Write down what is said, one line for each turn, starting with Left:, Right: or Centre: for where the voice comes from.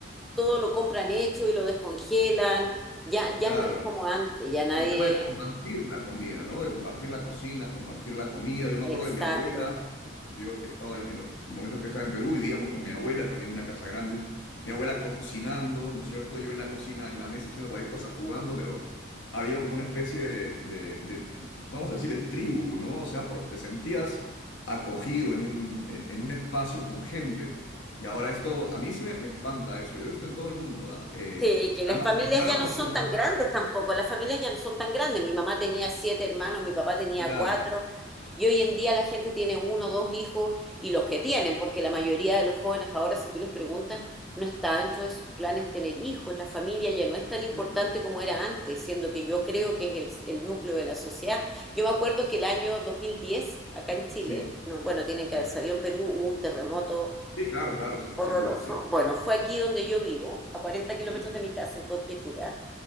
Centre: todo lo compran hecho y lo descongelan, ya, ya
Left: claro,
Centre: no es como antes, ya nadie,
Left: El tema de compartir la comida, ¿no? De compartir la cocina, compartir la comida. Yo me
Centre: exacto.
Left: acuerdo de mi abuela, cuando yo he estado en en los momentos que estaba en Perú, vivíamos con mi abuela, también en una casa grande. Mi abuela cocinando, ¿no es cierto? Yo en la cocina, en la mesa, haciendo cualquier cosa, jugando, pero había como una especie de, de- de, vamos a decirle, tribu, ¿no? O sea, por- te sentías acogido en un, en, en un espacio con gente. Y ahora esto, a mí sí me, me espanta eso. Yo lo he visto en todo el mundo, ¿ah? Eh,
Centre: Sí, que
Left: además,
Centre: las familias
Left: están
Centre: ya
Left: acostumbrándonos.
Centre: no son tan grandes tampoco, las familias ya no son tan grandes. Mi mamá tenía siete hermanos, mi papá tenía
Left: Claro.
Centre: cuatro, y hoy en día la gente tiene uno, dos hijos, y los que tienen, porque la mayoría de los jóvenes ahora, si tú les preguntas, no está dentro de sus planes tener hijos, la familia ya no es tan importante
Left: Sí, claro.
Centre: como era antes, siendo que yo creo
Left: Sí,
Centre: que es el, el núcleo de la sociedad. Yo me acuerdo que el año 2010, acá en Chile,
Left: sí,
Centre: no, bueno, tienen que
Left: sí.
Centre: haber sabido, en Perú hubo un terremoto
Left: Sí, claro, claro, se-
Centre: horroroso.
Left: seguro, sí,
Centre: Bueno, fue aquí donde yo vivo, a cuarenta kilómetros
Left: sí.
Centre: de mi casa, en Cobquecura.